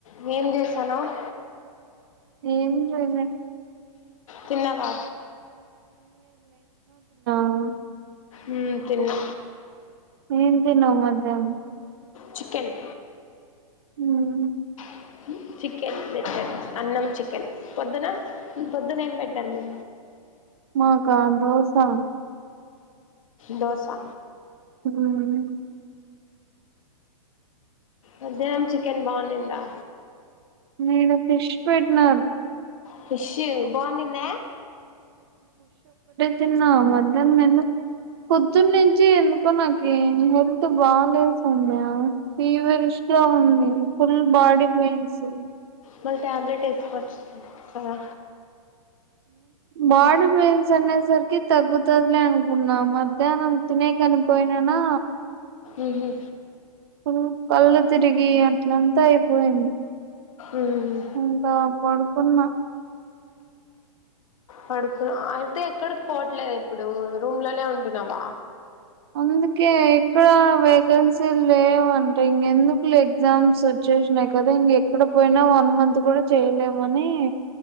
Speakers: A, on the left; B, on the right.
A: మేమ్ జెస్తనవ్.
B: ఏం జేయలే.
A: తిన్నావా
B: <unintelligible>
A: మ్మ్, తిన్నా.
B: ఏం తిన్నావు మధ్యానం.
A: చికెన్.
B: మ్మ్
A: హ చికెన్ పెట్టారు, అన్నం చికెన్, పొద్దున, పొద్దున ఏం పెట్టరు మీ.
B: మాకా దోసా.
A: దోసా.
B: ఉమ్.
A: మధ్యానం చికెన్ బాగుండిందా.
B: నేను ఫిష్ పెటీనాను.
A: ఫిషు బాగుండింద.
B: తిన్నావా మధ్యానం ఎందు. పొద్దున్న నుంచి ఎందుకో నాకి, హెల్త్ బాలేకుండే, ఆ ఫీవర్ వొష్. గా ఉంది, ఫుల్ బాడీ పెయిన్సు.
A: మన టాబ్లెట్, వేస్ కొచ్చు కదా.
B: బాడీ పెయిన్స్ అనేసరికి తగ్గుతదిలే, అనుకున్నా, మధ్యానం తినే కని. పోయినానా.
A: ఉహు హు.
B: ఫుల్లు కళ్ళు తిరిగి, అట్ల అంత అయిపోయింది.
A: మ్మ్.
B: ఇంకా, పడుకున్నా.
A: పడుకున్నా అయితే, ఎక్కడికి పోవట్లే ఇప్పుడు, రూమ్ లనే ఉంటున్నావా.
B: అందుకే ఎక్కడ వేకెన్సీల్ లేవంటే ఇంక ఎందుకు ఎగ్జామ్స్ ఓచ్చేసి. న్నాయి కదా ఇంక ఎక్కడ పోయినా వన్ మంత్ కూడా చేయలేమనీ.